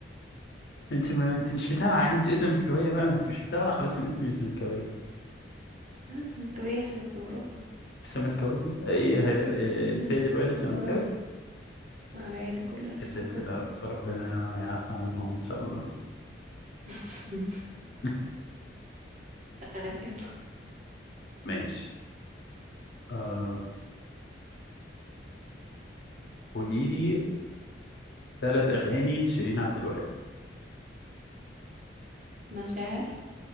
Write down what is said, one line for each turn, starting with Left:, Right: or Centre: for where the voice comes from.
Left: انت ما انت مش متابعه يعني، انت اسم زملكاويه بقى ما انت مش متابعه خلاص يبقى انت مش زملكاويه
Right: اه سمكاوية احنا بالوراثة
Left: الزملكاويه ايه هل- ال- ال- السيد
Right: آه،
Left: الوالد
Right: بالوراثة
Left: زملكاوي
Right: آه، العيلة كلها سمكاوية
Left: يا ساتر لا، ربنا يعفى عنهم ان شاء الله
Right: <laughs>
Left: <laughs>
Right: اسأل يلا
Left: ماشي آه قولي لي ثلاث اغاني لشيرين عبد الوهاب
Right: مشاعر